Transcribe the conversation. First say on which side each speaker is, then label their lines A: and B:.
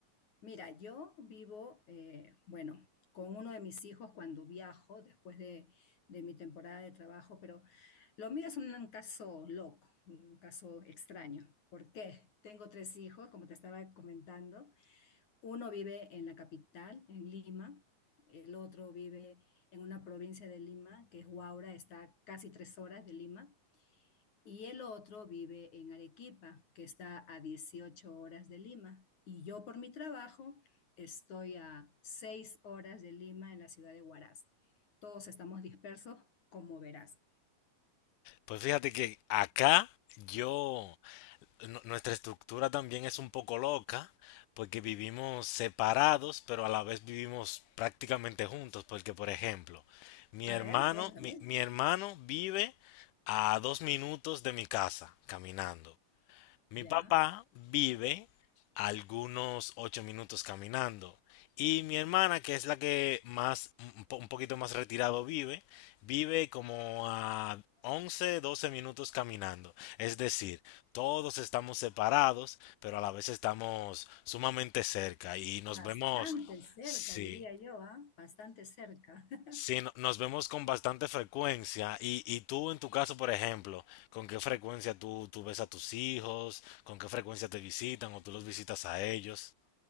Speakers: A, on the left; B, on the left.
A: Mira, yo vivo, eh, bueno, con uno de mis hijos cuando viajo, después de, de mi temporada de trabajo, pero lo mío es un caso loco, un caso extraño. ¿Por qué? Tengo tres hijos, como te estaba comentando. Uno vive en la capital, en Lima. El otro vive en una provincia de Lima, que es Huaura, está a casi tres horas de Lima. y el otro vive en Arequipa, que está a 18 horas de Lima. Y yo por mi trabajo estoy a 6 horas de Lima en la ciudad de Huaraz. Todos estamos dispersos, como verás.
B: Pues fíjate que acá yo... nu- nuestra estructura también es un poco loca, porque vivimos separados, pero a la vez vivimos prácticamente juntos, porque por ejemplo, mi
A: A
B: hermano,
A: ver, cuéntame.
B: mi, mi hermano vive a dos minutos de mi casa, caminando. Mi
A: Ya,
B: papá vive a algunos ocho minutos caminando. Y mi hermana, que es la que más, un po- un poquito más retirado vive, vive como a 11, 12 minutos caminando. Es decir, todos estamos separados, pero a la vez estamos sumamente cerca y nos
A: bastante
B: vemos,
A: cerca,
B: sí,
A: diría yo, ¿ah? Bastante cerca. <laughs>
B: Sí, no- nos vemos con bastante frecuencia. Y, y tú, en tu caso, por ejemplo, ¿con qué frecuencia tú, tú ves a tus hijos? ¿Con qué frecuencia te visitan o tú los visitas a ellos?